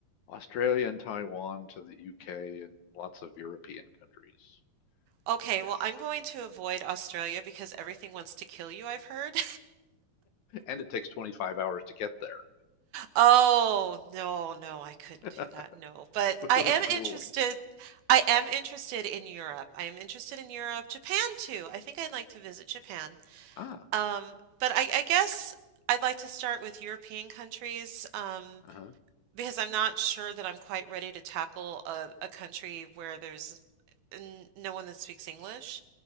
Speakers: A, on the left; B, on the right.
A: Australia and Taiwan to the UK and lots of European countries.
B: Okay,
A: Yes.
B: well, I'm going to avoid Australia because everything wants to kill you, I've heard.
A: And it takes 25 hours to get there.
B: Oh, no, no, I couldn't
A: <laughs>
B: do that, no, but I
A: It was
B: am
A: grueling.
B: interested I am interested in Europe. I am interested in Europe, Japan too. I think I'd like to visit Japan.
A: Ah.
B: Um, but I, I guess I'd like to start with European countries, um,
A: Uh-huh.
B: because I'm not sure that I'm quite ready to tackle a, a country where there's n no one that speaks English.